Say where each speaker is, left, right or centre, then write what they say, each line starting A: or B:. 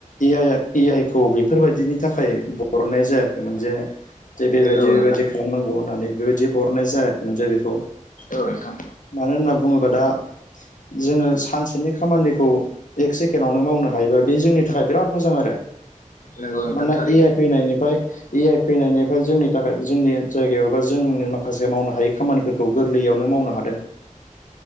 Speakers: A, on the left; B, on the left.
A: ए आइ ए आइ खौ बेफोरबायदिनि थाखाय बरनाय जायाखैमोन जे जे बेबायदि
B: औ नोंथां
A: बेबायदि खालामनांगौ होननानै बेबायदि बर हरनाय जायाखैमोन जे बेखौ
B: औ नोंथां
A: मानो होनना बुङोबा दा जोङो सानसेनि खामानिखौ एक सेकेणडआवनो मावनो हायोबा बे जोंनि थाखाय बिराद मोजां आरो
B: नंगौ नोंथां
A: मानोना
B: थारैनो
A: ए आइ फैनायनिफ्राय ए आइ फैनायनिफ्राय जोंनि थाखाय जोंनि जायगायावबा जोंनि माखासे मावनो हायै खामानिफोरखौ गोरलैयावनो मावनो हादों